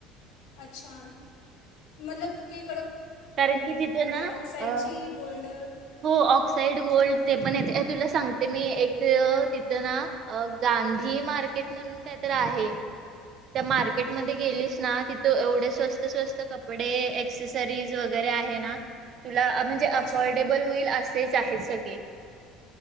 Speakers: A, on the left (about 85°); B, on the right (about 45°).
A: अच्छा मतलब ते
B: कारण की तिथं ना
A: ऑक्साईडची
B: आ
A: गोल्ड
B: हो ऑक्साइड गोल्ड ते पण येते. तुला सांगते मी एक ते तिथं ना अ गांधी मार्केट म्हणून काय तर आहे त्या मार्केटमध्ये गेलीस ना, तिथ एवढे स्वस्त, स्वस्त कपडे एक्सेसरी रीज वगैरे आहे ना? तुला म्हणजे
A: अच्छा
B: अफोर्डेबल होईल असेच आहेत सगळे.